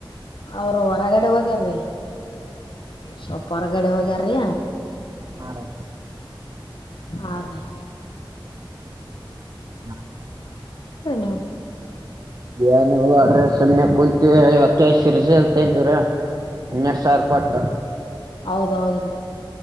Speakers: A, on the left (about 65°); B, on the right (about 45°).
A: ಅವರು ಹೊರಗಡೆ ಹೋಗ್ಯಾರ್ರೀ ಸ್ವಪ ಹೊರಗಡೆ ಹೋಗ್ಯಾರೀ
B: ಹಾ ರಿ
A: ಆ ರಿ
B: <unintelligible>
A: ನೀವು
B: ಏನ್ ಇಲ್ರಿ ನ ಸುಮ್ಮನೆ ಕುಂತೇವಿ ಇವತ್ತು ಶಿರ್ಸಿಲ ತಾಂದೇವ್ರಿ ಹನ್ನೆರಡು ಸಾವಿರ ಕೊಟ್ಟು
A: ಹೌದೌದ್ರೀ